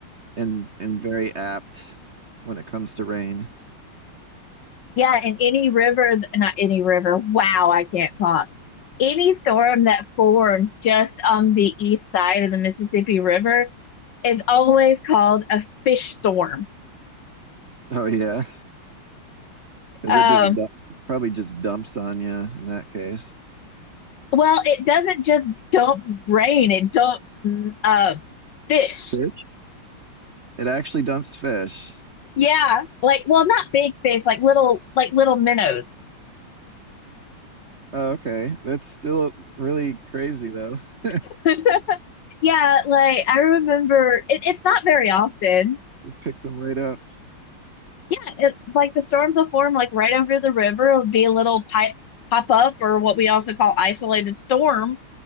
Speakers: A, on the right (about 40°); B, on the left (about 60°).
A: and and very apt when it comes to rain.
B: Yeah, and any river, th- not any river, wow, I can't talk. Any storm that forms just on the east side of the Mississippi River is always called a fish storm.
A: Oh yeah, because
B: Um,
A: it just du probably just dumps on you in that case.
B: well, it doesn't just dump rain, it dumps mm, uh, fish.
A: Fish? It actually dumps fish.
B: Yeah, like, well, not big fish, like little, like little minnows.
A: Oh, okay. That's still really crazy though. <laughs>
B: <laughs> Yeah, like I remember it, it's not very often.
A: Picks them right up.
B: Yeah, it, like the storms will form like right over the river. It'll be a little pipe pop up or what we also call isolated storm.